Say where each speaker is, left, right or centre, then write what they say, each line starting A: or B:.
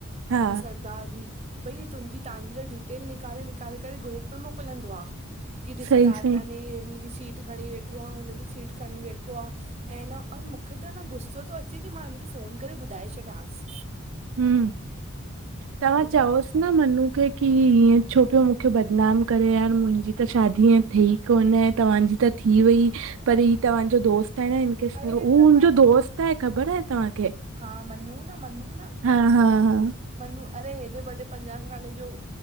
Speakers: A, on the right (about 65°); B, on the right (about 30°).
A: हा
B: हिन स भई तुंहिंजी तहांजी त डिटेल निकाले निकाले करे ग्रुप में मोकिलंदो आ। कि ॾिसो
A: सही
B: दादलाानी
A: सही
B: इ सीट खणी वेठी वेठो आ, हुनजी सीट खणी वेठो आ ऐं न मूंखे त न गुसो थो अचे कि मां हिनखे फोन करे ॿुधाए छॾियांस।
A: हम्म, तव्हां
B: ॿुधायो
A: चओस न मनु के कि हीअं छो पियो मूंखे बदनाम करे, अ़ं मुंहिंजी त शादी थी कोनहे, तव्हांजी त थी वई पर ही तव्हांजो दोस्त आहे न
B: अरे
A: हू
B: त
A: हुनजो
B: मनू
A: दोस्त आहे, ख़बर आहे तहांखे?
B: हा मनू न, मनू न
A: हा हा हा
B: मनू अरे हेॾे वॾे पंजाह साले जो